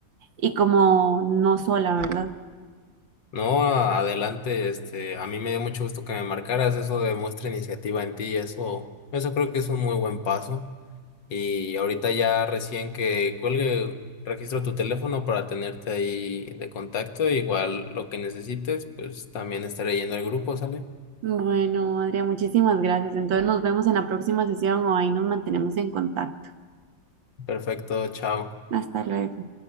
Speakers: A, on the right; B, on the left.
A: y como no sola, ¿verdad?
B: No, adelante, este, a mí me dio mucho gusto que me marcaras, eso demuestra iniciativa en ti, eso, eso creo que es un muy buen paso. Y ahorita ya recién que cuelgue, registro tu teléfono para tenerte ahí de contacto, igual lo que necesites, pues también estaré yendo al grupo, ¿sale?
A: Bueno, Adrián, muchísimas gracias. Entonces nos vemos en la próxima sesión o ahí nos mantenemos en contacto.
B: Perfecto, chao.
A: Hasta luego.